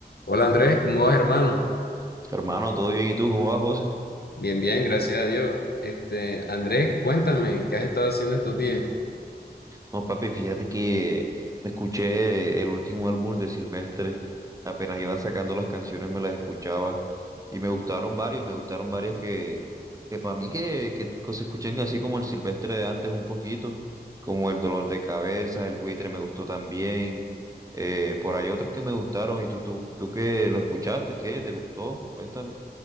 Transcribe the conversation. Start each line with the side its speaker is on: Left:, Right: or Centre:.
Left: Hola Andrés, ¿cómo vas, hermano?
Right: Hermano, ¿todo bien? ¿Y tú cómo vas, José?
Left: Bien, bien, gracias a Dios. Este, Andrés, cuéntame, ¿qué has estado haciendo estos días?
Right: No, papi, fíjate que me escuché el último álbum de Silvestre. Apenas iban sacando las canciones, me las escuchaba y me gustaron varios, me gustaron varias que, que para mí que, que co- se escuchen así como el Silvestre de antes un poquito, como El Dolor de Cabeza, El Buitre me gustó también. eh, por ahí otras que me gustaron. ¿Y tú, tú, tú qué lo escuchaste? ¿Qué? ¿Te gustó? Cuéntame.